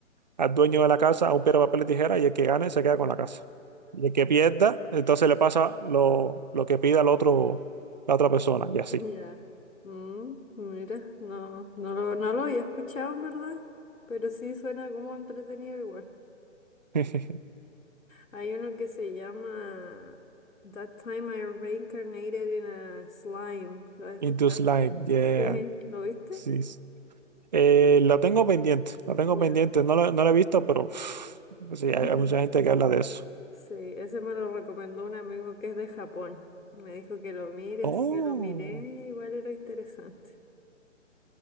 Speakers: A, on the right; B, on the left.
A: al dueño de la casa a un piedra, papel y tijera, y el que gane se queda con la casa. Y el que pierda, entonces le pasa lo, lo que pida al otro, la otra persona, y así.
B: Ya. Mm, mira, no, no lo, no lo había escuchado en verdad, pero sí suena como entretenido igual.
A: <laughs>
B: Hay uno que se llama That Time I Reincarnated in a Slime. ¿Lo has escuchado?
A: Into slime, yeah.
B: Sí. ¿Lo viste?
A: Sí, sí. Eh, lo tengo pendiente, lo tengo
B: Ya.
A: pendiente. No lo, no lo he visto, pero uf, pues sí,
B: <laughs>
A: hay, hay mucha gente que habla de eso.
B: Sí, ese me lo recomendó un amigo que es de Japón. Me dijo que lo mire,
A: Oh.
B: así que lo miré, igual era interesante.